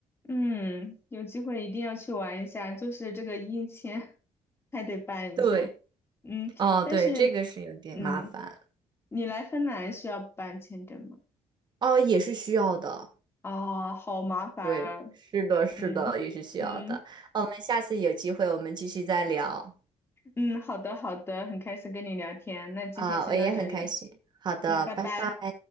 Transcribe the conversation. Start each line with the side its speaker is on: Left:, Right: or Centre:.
Left: 嗯，有机会一定要去玩一下，就是这个印签还得办一下。
Right: 对，
Left: 嗯，
Right: 哦，
Left: 但是，
Right: 对，这个是有点麻烦，
Left: 嗯，你来芬兰需要办签证吗？
Right: 哦，也是需要的。
Left: 哦，好麻烦啊。
Right: 对，是的，是的，
Left: 嗯嗯
Right: 也是需要的。啊我们下次有机会，我们继续再聊
Left: 嗯，好的好的，很开心跟你聊天，那今天先到这里，
Right: 啊，我也很开心。好的，
Left: 嗯，拜拜。
Right: 拜拜。